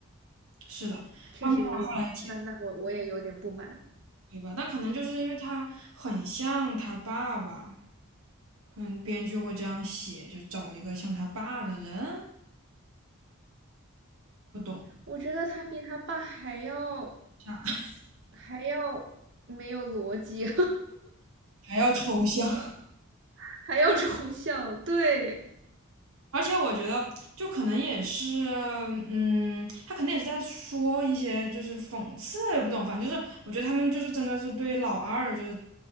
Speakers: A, on the right; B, on the right.
A: 是的，
B: 确实有点，
A: 他们俩后来结。
B: 那那我我也有点不满，
A: 对吧？但可能就是因为他很像他爸爸，可能编剧会这样写，就找一个像他爸的人，不懂
B: 我觉得他比他爸还要
A: 啥，<laughs>
B: 还要没有逻辑，
A: 还要抽象。<laughs>
B: <laughs> 还要抽象。对，
A: 而且我觉得，就可能也是，嗯，他可能也是在说一些就是讽刺，也不懂，反正就是我觉得他们就是真的是对老二就是